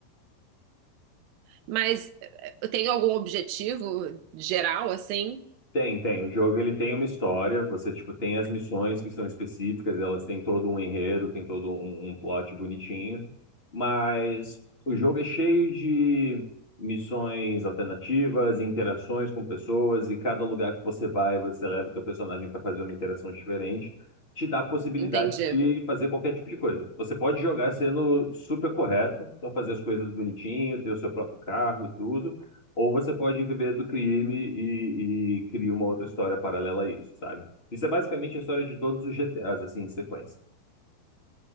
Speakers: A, on the right; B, on the left.
A: mas eh, tem algum objetivo geral, assim?
B: Tem, tem. O jogo ele tem uma história. Você tipo tem as missões que são específicas. Elas têm todo um enredo, tem todo um, um plot bonitinho. Mas o jogo é cheio de missões alternativas, interações com pessoas e cada lugar que você vai, você leva o teu personagem para fazer uma interação diferente. Te dá a possibilidade
A: Entendi.
B: de fazer qualquer tipo de coisa. Você pode jogar sendo super correto, só fazer as coisas bonitinho, ter o seu próprio carro, e tudo. Ou você pode viver do crime e, e criar uma outra história paralela a isso, sabe? Isso é basicamente a história de todos os GTAs, assim, em sequência.